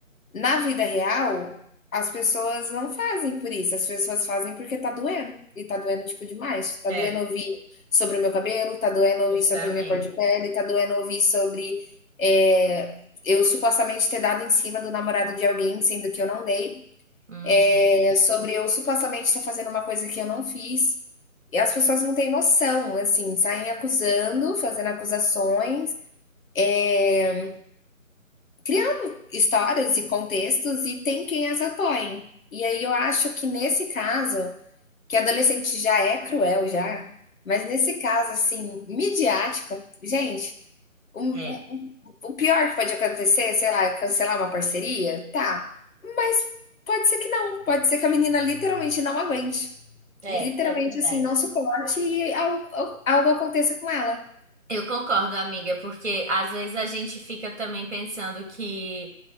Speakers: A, on the left (about 75°); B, on the right (about 55°).
A: na vida real, as pessoas não fazem por isso, as pessoas fazem porque tá doendo, e tá doendo, tipo, demais. Tá
B: é,
A: doendo ouvir sobre o meu cabelo, tá doendo ouvir
B: justamente.
A: sobre a minha cor de pele, tá doendo ouvir sobre, eh, eu supostamente ter dado em cima do namorado de alguém, sendo que eu não dei,
B: Uhum.
A: eh, sobre eu supostamente estar fazendo uma coisa que eu não fiz, e as pessoas não têm noção, assim, saem acusando, fazendo acusações, eh, criando histórias e contextos e tem quem as apoie. E aí eu acho que nesse caso, que adolescente já é cruel já, mas nesse caso assim, midiático, gente, um,
B: É,
A: um, um, o pior que pode acontecer, sei lá, é cancelar uma parceria, tá? Mas pode ser que não, pode ser que a menina literalmente não aguente.
B: é,
A: Literalmente
B: é verdade.
A: assim, não suporte e algo, algo aconteça com ela.
B: Eu concordo, amiga, porque às vezes a gente fica também pensando que